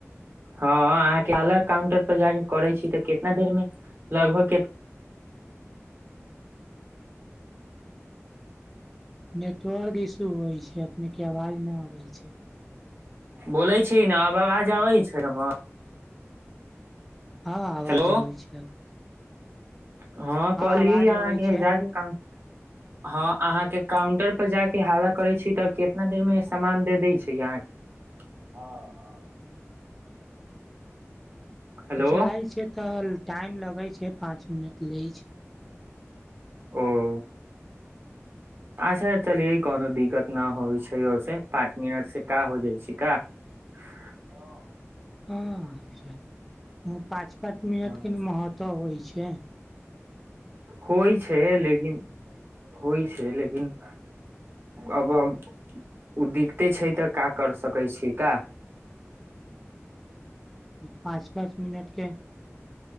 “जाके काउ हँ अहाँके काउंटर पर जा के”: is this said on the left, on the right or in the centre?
Right